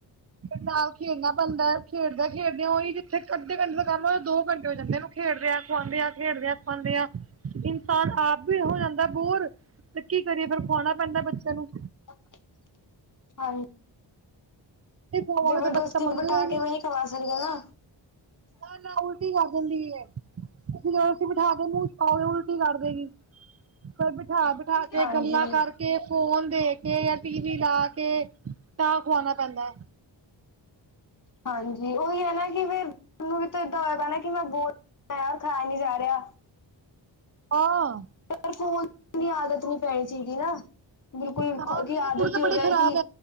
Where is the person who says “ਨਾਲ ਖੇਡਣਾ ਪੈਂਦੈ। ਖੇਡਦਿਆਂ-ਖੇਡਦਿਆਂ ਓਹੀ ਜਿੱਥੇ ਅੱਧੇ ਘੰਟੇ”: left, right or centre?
Right